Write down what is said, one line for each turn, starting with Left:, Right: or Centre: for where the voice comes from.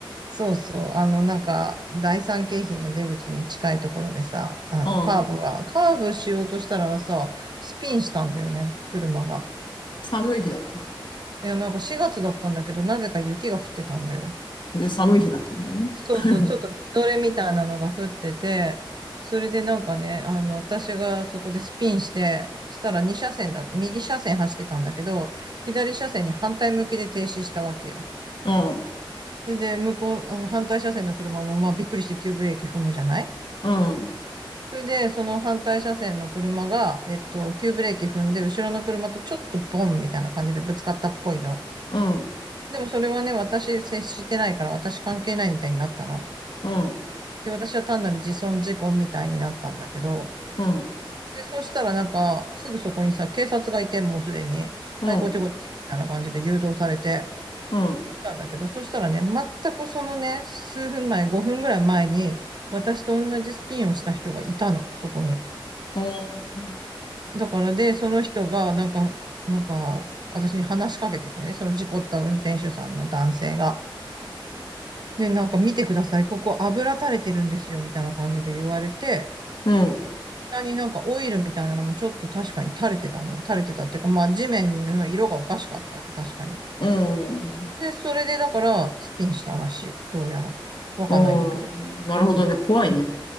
Right: そうそう、あの、なんか、第三京浜の出口に近いところでさ、あの、
Left: うん。
Right: カーブが、カーブしようとしたらさ、スピンしたんだよね、車が。
Left: 寒い日だった。
Right: いや、なんか4月だったんだけど、なぜか雪が降ってたんだよ。
Left: で、寒い日だったんだね。
Right: そうそう、
Left: <laughs>
Right: ちょっとみぞれみたいなのが降ってて、それでなんかね、あの、私がそこでスピンして、したら2車線だ、右車線走ってたんだけど、左車線に反対向きで停止したわけよ。
Left: うん、
Right: それで、向こう、あの、反対車線の車も、まあ、びっくりして急ブレーキ踏むじゃない
Left: うん、
Right: それで、その反対車線の車が、えっと、急ブレーキ踏んで、後ろの車とちょっとボンみたいな感じでぶつかったっぽいの。
Left: うん、
Right: でもそれはね、私接してないから、私関係ないみたいになったの。
Left: うん、うん、
Right: で、私は単なる自損事故みたいになったんだけど、
Left: うん、
Right: で、そしたらなんか、すぐそこにさ、警察がいて、もうすでに、
Left: うん、
Right: はい、こっちこっち、
Left: う
Right: みたいな感じで誘導されて、
Left: ん、
Right: 行ったんだけど、そしたらね、全くそのね、数分前、5分ぐらい前に、私と同じスピンをした人がいたの、そこに。
Left: うん、
Right: だからで、その人が、なんか、なんか、私に話しかけてきてね、その事故った運転手さんの男性が。で、なんか見てください、ここ油垂れてるんですよ、みたいな感じで言われて、
Left: うん、
Right: 下になんかオイルみたいなのもちょっと確かに垂れてたの。垂れてたっていうか、まあ地面の色がおかしかったわけ、確かに。
Left: うん。
Right: で、それでだからスピンしたらしい。どうやら。わかんないんだけど。
Left: ああ、なるほどね。怖いね。